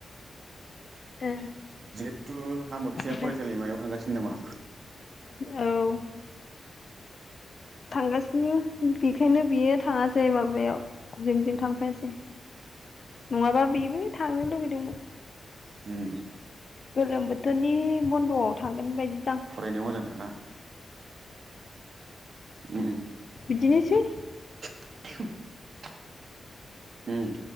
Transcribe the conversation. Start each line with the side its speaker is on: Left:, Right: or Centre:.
Left: ओ।
Right: जिहेतु आमोखिया
Left: ओमफ्राय
Right: फरायसालिमायाव थांगासिनो नामा? <inaudible>
Left: औ। थांगासिनो बेखायनो बियो थाङासै माबायाव जों जों थांफायासै। नङाबा बेबो थांनो लुबैदोंमोन।
Right: हुम।
Left: गोलोम बोथोरनि बन्दआव थांगोन बायदि
Right: फरायनायाव मोजांथारना? उम
Left: बिदिनोसै।
Right: <inaudible> हुम।